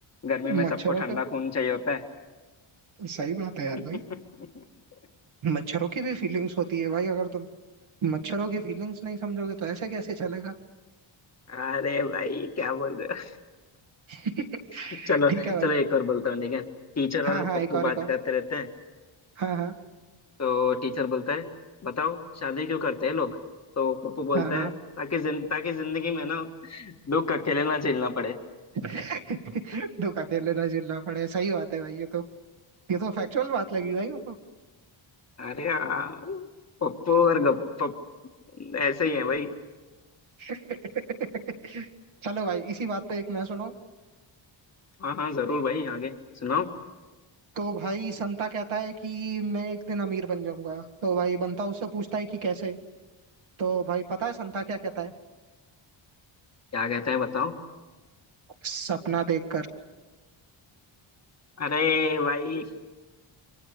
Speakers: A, on the left; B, on the right.
A: गर्मी में
B: मच्छरों
A: सबको ठंडा
B: का
A: खून चाहिए होता है
B: सही बात है
A: <laughs>
B: यार भाई मच्छरों की भी फीलिंग्स होती है भाई अगर तुम मच्छरों की फीलिंग्स नहीं समझोगे तो ऐसे कैसे चलेगा
A: अरे भाई क्या बोल रहे
B: <laughs>
A: हो <laughs> चलो
B: ठीक है भाई
A: चलो एक और बोलता हूँ ठीक है टीचर
B: हाँ
A: और
B: हाँ
A: पप्पू
B: एक और एक
A: बात
B: और
A: करते रहते हैं
B: हाँ हाँ
A: तो टीचर बोलता है बताओ शादी क्यों करते हैं लोग तो पप्पू बोलता
B: हाँ हाँ
A: है ताकि जिन, ताकि जिंदगी में ना दुख अकेले ना झेलना पड़े
B: <laughs> दुख अकेले ना झेलना पड़े सही बात है भाई ये तो ये तो फैक्चुअल बात लगी भाई मुझको
A: अरे यार पप्पू और गप ऐसे ही है भाई
B: <laughs> चलो भाई इसी बात पे एक मैं सुनाऊं
A: हाँ हाँ जरूर भाई आगे सुनाओ
B: तो भाई संता कहता है कि मैं एक दिन अमीर बन जाऊंगा तो भाई बंता उससे पूछता है कि कैसे तो भाई पता है संता क्या कहता है
A: क्या कहते हैं बताओ
B: सपना देखकर
A: अरे भाई